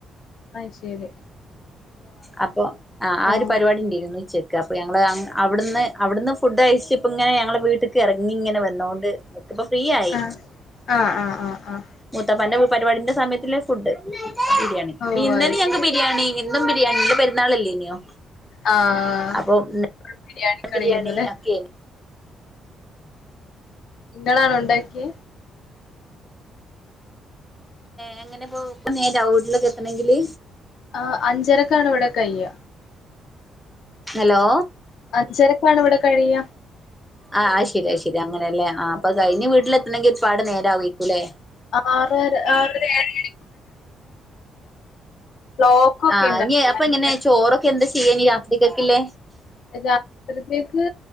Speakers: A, on the left; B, in the centre.
A: അയിശരി
B: അപ്പൊ ആ ആ
A: ആഹ്
B: ഒരു പരിപാടി ഇണ്ടേ ഇന്ന് ഉച്ച ക്ക് അപ്പൊ ഞങ്ങള് അങ്ങ് അവിടുന്ന് അവിടുന്ന് ഫുഡ് കയച്ചിപ്പ ഇങ്ങനെ ഞങ്ങള് വീട്ടിക്ക് ഇറങ്ങി ഇങ്ങനെ വന്നോണ്ട് ഇപ്പൊ ഫ്രീ ആയി
A: ആഹ് ആഹ് ആഹ് ആഹ് ആഹ്
B: മൂത്താപ്പാന്റെ പരിപാടിന്റെ സമയത്ത് ഇല്ലേ ഫുഡ് ബിരിയാണി
A: ഓഹ്
B: ഇന്നലെ
A: അത്
B: ഞങ്ങക്ക്
A: ശരി
B: ബിരിയാണി എന്നും ബിരിയാണി ഇന്ന് പെരുന്നാളല്ലേ നിയോ
A: ആഹ്
B: അപ്പൊ <inaudible>
A: ബിരിയാണിക്കറിയായിരുന്നുല്ലേ
B: ബിരിയാണി <unintelligible>
A: ഇങ്ങളാണോ ഒണ്ടാക്കിയേ
B: ഏഹ് എങ്ങനിപോ ഇപ്പ നേരാവുവോവീട്ടിലൊക്കെ എത്തണെങ്കില്
A: ആഹ് അഞ്ചരക്കാണ് ഇവിടെ കൈയ്യ
B: ഹലോ
A: അച്ചരക്കാണ് ഇവിടെ കഴിയ
B: ആഹ് അശരി അശരി അങ്ങനല്ലേ ആ അപ്പൊ കഴിഞ്ഞ് വീട്ടിലെത്തണെങ്കി ഒരുപാട് നേരം ആവൂവാരിക്കൂല്ലേ
A: ആറര ആറര ഏഴണി ബ്ലോക്കൊക്കെ
B: ആഹ്
A: ഉണ്ടാവും
B: ഇനി അപ്പ എങ്ങനെ ചോറൊക്കെ എന്താ ചെയ്യ ഇനി രാത്രിക്കേക്കില്ലേ
A: രാത്രിത്തേക്ക്